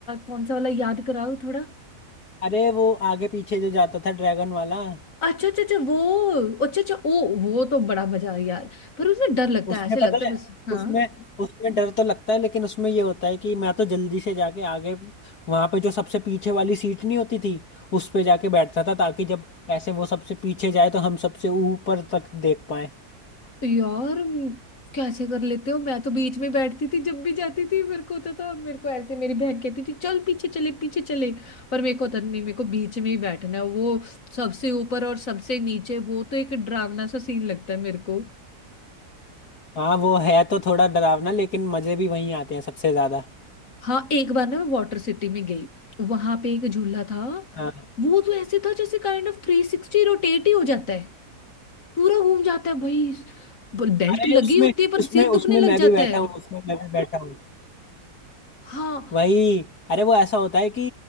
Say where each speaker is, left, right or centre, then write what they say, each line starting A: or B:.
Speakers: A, on the left; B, on the left.
A: कौन सा वाला याद कराओ थोड़ा
B: अरे वो आगे पीछे जो जाता था ड्रैगन वाला
A: अच्छा अच्छा अच्छा वो अच्छा अच्छा ओ वो तो बड़ा मजा आया यार पर उसमें डर लगता
B: उसमें
A: है ऐसे
B: पता
A: लगता है
B: है
A: बस हाँ
B: उसमें उसमें डर तो लगता है लेकिन उसमें ये होता है कि मैं तो जल्दी से जाके आगे वहां पे जो सबसे पीछे वाली सीट नहीं होती थी उस पे जाके बैठता था ताकि जब ऐसे वो सबसे पीछे जाए तो हम सबसे ऊपर तक देख पाए
A: यार म, कैसे कर लेते हो मैं तो बीच में बैठती थी जब भी जाती थी मेरे को होता था मेरे को ऐसे मेरी बहन कहती थी चल पीछे चले पीछे चले पर मेरे को होता नहीं मेरे को बीच में ही बैठना है वो सबसे ऊपर और सबसे नीचे वो तो एक डरावना सा सीन लगता है मेरे को
B: हाँ वो है तो थोड़ा डरावना लेकिन मजे भी वहीं आते हैं सबसे ज्यादा
A: हाँ एक बार ना मैं वाटर सिटी में गई वहां पे एक झूला था
B: हाँ।
A: वो तो ऐसे था जैसे काइंड ऑफ थ्री सिक्सटी रोटेट ही हो जाता है पूरा घूम जाता है भाई बेल्ट
B: अरे
A: लगी
B: उसमें
A: होती है पर
B: उसमें
A: सिर
B: उसमें
A: दुखने लग
B: मैं भी
A: जाता
B: बैठा
A: है
B: हूँ उसमें मैं भी बैठा हूँ
A: हाँ
B: वही अरे वो ऐसा होता है कि